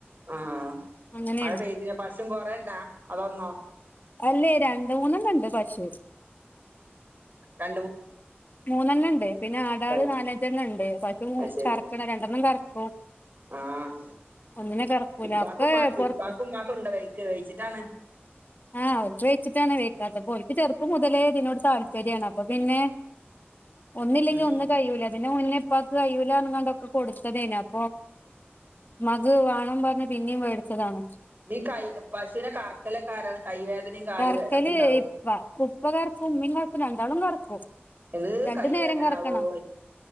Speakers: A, on the right (about 50°); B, on the left (about 45°).
A: ആഹ
B: അങ്ങനെയാണ്
A: മഴ പെയ്തി പശും കൊറേണ്ടാ അതൊന്നോ?
B: അല്ലേ രണ്ട് മൂന്നെണ്ണ ണ്ട് പശു.
A: ത
B: മൂന്നെണ്ണണ്ട് പിന്നെ ആടാള്
A: രണ്ട്
B: നാലഞ്ചെണ്ണണ്ട് പശു
A: അത് ശരി
B: കറക്കണ രണ്ടെണ്ണം കറക്ക
A: ആഹ്
B: ഒന്നിനെ കറക്കൂല
A: ഇപ്പക്കും
B: ഒക്കെ
A: മാ
B: പുറത്ത്
A: ഇപ്പാക്കും ഉമ്മാക്കും ണ്ടോ വഴിക്ക്? വഴിച്ചിട്ടാണ്.
B: ആഹ് <unintelligible> വെച്ചിട്ടാണ് വെക്കാത്ത <unintelligible> ചെറുപ്പം മുതലെ തിനോട് താല്പര്യാണ് അപ്പൊ പിന്നെ ഒന്നില്ലെങ്കിൽ
A: ഉം
B: ഒന്ന് കയുല്ല അതിന്റെ മുന്നേ ഇപ്പാക്ക് കയുലപാറഞ്ഞക്കണ്ട് കൊടു <unintelligible> ഉമ്മാക്ക്വാണം പറഞ്ഞ് പിന്നിം മേടിച്ചതാണ്
A: ഇ കായിപശുനെക ഇക്കലക്കാരാണ് കൈവേദനയും കാൽ
B: കറക്കല്
A: വേതൊക്കെണ്ടാവും.
B: ഇപ്പ ഉപ്പ കറക്കും ഉമ്മിം കറക്കും രണ്ടാളും കറക്കും
A: ഹ്
B: രണ്ടു
A: കൈവേദനാവോയ്
B: നേരം കറക്കണം